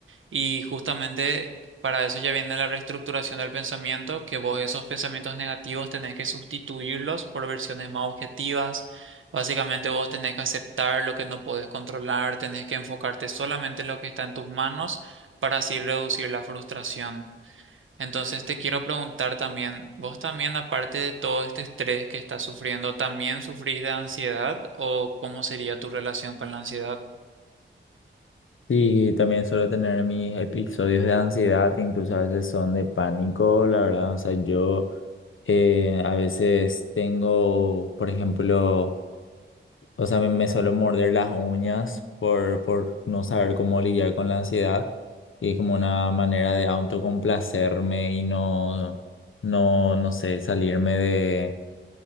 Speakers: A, on the right; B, on the left.
A: Y justamente para eso ya viene la reestructuración del pensamiento, que vos esos pensamientos negativos tenés que sustituirlos por versiones más objetivas. Básicamente vos tenés que aceptar lo que no podés controlar, tenés que enfocarte solamente en lo que está en tus manos para así reducir la frustración. Entonces te quiero preguntar también, ¿vos también aparte de todo este estrés que estás sufriendo, también sufrís de ansiedad o cómo sería tu relación con la ansiedad?
B: Sí, también suelo tener mis episodios de ansiedad, incluso a veces son de pánico, la verdad. O sea, yo eh, a veces tengo, por ejemplo, O sea, me, me suelo morder las uñas por, por no saber cómo lidiar con la ansiedad. Y es como una manera de autocomplacerme y no, no, no sé, salirme de,